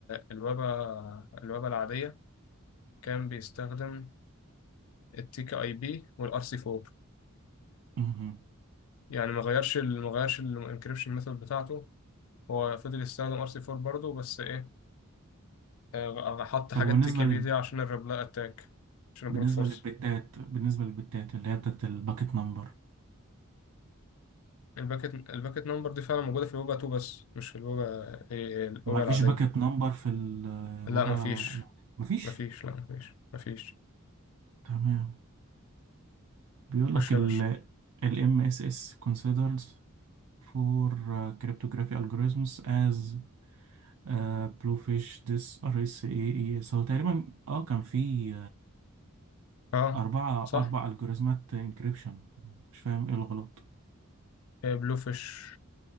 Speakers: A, on the left; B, on the right.
A: الويبة الويبة العادية كان بيستخدم التيك اي بي والار سي 4
B: مهم.
A: يعني ما غيرش ال- ما غيرش الانكريبشن ميثود بتاعته هو فضل يستخدم ار سي 4 برضه بس ايه آه، حط
B: طب
A: حاجة
B: وبالنسبه
A: تيكي
B: لل...
A: بي دي عشان الريبلاي أتاك عشان
B: بالنسبه
A: البروت فورس
B: للبتات بالنسبه للبتات اللي هي بتاعت الباكت نمبر
A: الباكت الباكت نمبر دي فعلا موجودة في الوجا 2 بس مش في الوجا إيه، الوجا
B: ما فيش
A: العادية
B: باكت نمبر في الوبا
A: لا مفيش
B: لا ما فيش
A: مفيش لا مفيش مفيش
B: تمام بيقول لك
A: خش
B: ال
A: يا باشا
B: ال MSS considers for uh, cryptography algorithms as uh, bluefish this RSA ES هو تقريبا اه كان في
A: اه
B: أربعة
A: صح
B: أربع ألجوريزمات انكريبشن مش فاهم إيه الغلط
A: آه، بلو فيش